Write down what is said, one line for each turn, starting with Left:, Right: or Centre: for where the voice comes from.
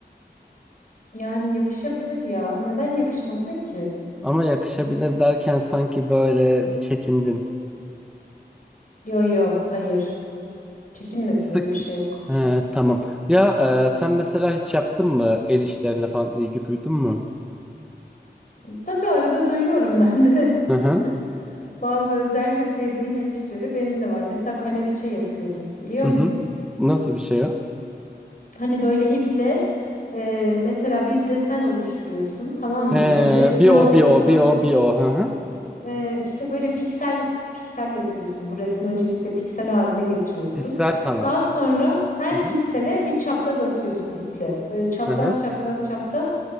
Left: Yani yakışabilir ya. Neden yakışmasın ki?
Centre: Ama yakışabilir derken sanki böyle bir çekindin.
Left: Yo yo hayır. Çekinmedim
Centre: Sık.
Left: öyle bir şey yok.
Centre: He, tamam. Ya e, sen mesela hiç yaptın mı el işlerine falan ilgi duydun mu?
Left: Tabii arada duyuyorum ben de.
Centre: Hı hı.
Left: <laughs> Bazı özellikle sevdiğim el işleri benim de var. Mesela kaneviçe yapıyordum biliyor
Centre: Hı
Left: musun?
Centre: hı. Nasıl bir şey o?
Left: Hani böyle iple e, mesela bir desen oluşturuyorsun tamam mı?
Centre: He,
Left: Bir resmi
Centre: bir o
Left: alıyorsun.
Centre: bir o bir o bir o. Hı hı.
Left: Ee, işte böyle piksel piksel yapıyorsun. Bu resmi öncelikle piksel haline getiriyorsun.
Centre: Piksel sanat.
Left: Daha sonra her
Centre: Hı hı.
Left: piksele bir çapraz atıyorsun iple. Böyle çapraz
Centre: Hı hı.
Left: çapraz çapraz